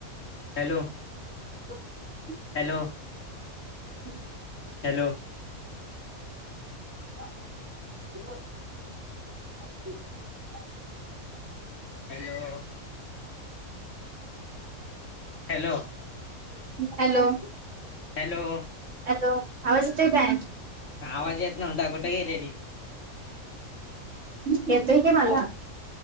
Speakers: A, on the left (about 60°); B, on the right (about 60°).
A: Hello!
B: <inaudible>
A: Hello!
B: हो.
A: हॅलो!
B: हॅलो! बोल की.
A: Hello! Hello!
B: Hello!
A: Hello!
B: Hello! आवाज येतो काय?
A: आवाज येत नव्हता कुठे गेलेली?
B: येतं कि मला.